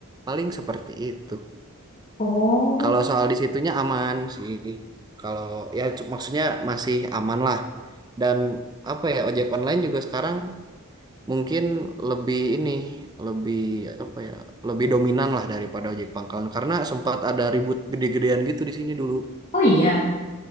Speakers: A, on the right; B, on the left.
A: Paling seperti itu.
B: Oh,
A: Kalau soal disitunya aman sih. Kalau ya cu- maksudnya masih aman lah. Dan apa ya ojek online juga sekarang mungkin lebih ini lebih apa ya lebih dominan lah daripada ojek pangkalan karena sempat ada ribut gede-gedean gitu di sini dulu.
B: oh iya.